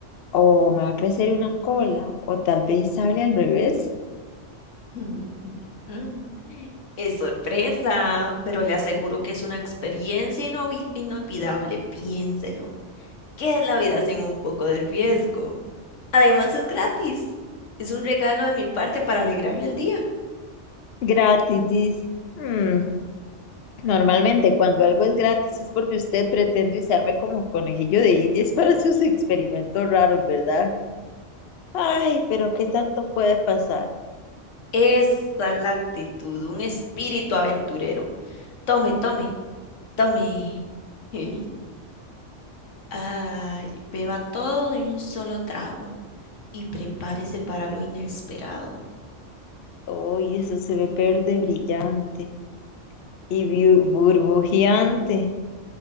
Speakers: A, on the left (about 65°); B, on the left (about 85°).
A: ¿O me va a crecer una cola? ¿O tal vez sale al revés?
B: <laughs> Es sorpresa, pero le aseguro que es una experiencia inovi- inolvidable. Piénselo. ¿Qué es la vida sin un poco de riesgo? Además, es gratis. Es un regalo de mi parte para alegrarle el día.
A: Gratis, dice. Mm, Normalmente, cuando algo es gratis es porque usted pretende usarme como conejillo de indias <laughs> para sus experimentos raros, ¿verdad? Ay, pero ¿qué tanto puede pasar?
B: Esa es la actitud, un espíritu aventurero. Tome, tome, tome. <laughs> Ay, beba todo de un solo trago y prepárese para lo inesperado.
A: Uy, eso se ve verde brillante y biu- burbujeante.